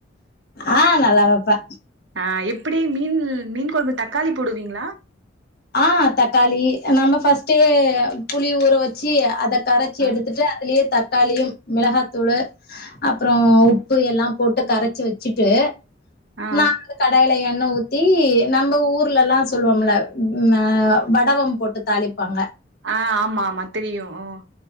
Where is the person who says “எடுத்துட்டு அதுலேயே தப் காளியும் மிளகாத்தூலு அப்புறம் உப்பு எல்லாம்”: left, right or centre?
Left